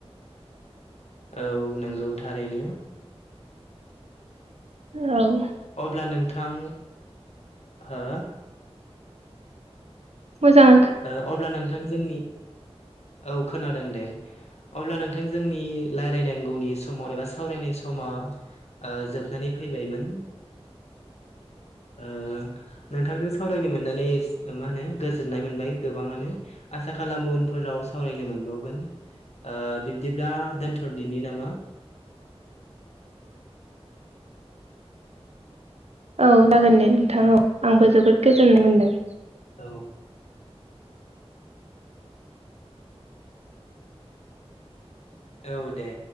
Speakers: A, on the left; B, on the right.
A: औ नंगौ थारैनो।
B: औ।
A: अब्ला नोंथां हो?
B: मोजां
A: ओ अब्ला नोंथां जोंनि औ खोनादों दे। अब्ला नोंथां जोंनि लायरायनांगौनि समाव एबा सावरायनाय समा ओ जोबनानै फैबायमोन। ओ नोंथांजों सावरायनो मोननानै मा होनो गोजोननाय मोन बाय गोबाङानो आसा खालामो उनफोराव सावरायनो मोनबावगोन। ओ बिब्दिब्ला दोनथ'दिनि नामा।
B: औ जागोन दे नोंथां औ आंबो जोबोद गोजोननाय मोनदों।
A: औ। औ दे।